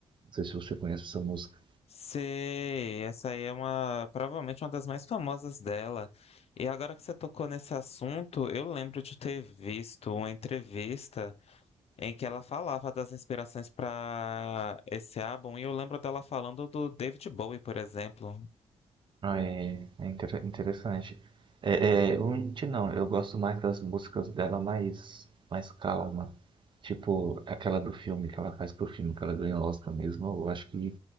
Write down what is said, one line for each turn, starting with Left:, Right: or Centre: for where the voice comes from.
Right: Não sei se você conhece essa música.
Left: Sei, essa aí é uma, provavelmente uma das mais famosas dela. E agora que você tocou nesse assunto, eu lembro de ter visto uma entrevista em que ela falava das inspirações para esse álbum, e eu lembro dela falando do David Bowie, por exemplo.
Right: Ah, É, é inter- interessante. É, é, eu menti não, eu gosto mais das músicas dela mais, mais calma. Tipo, aquela do filme que ela faz pro filme, que ela ganhou o Oscar mesmo. Eu acho que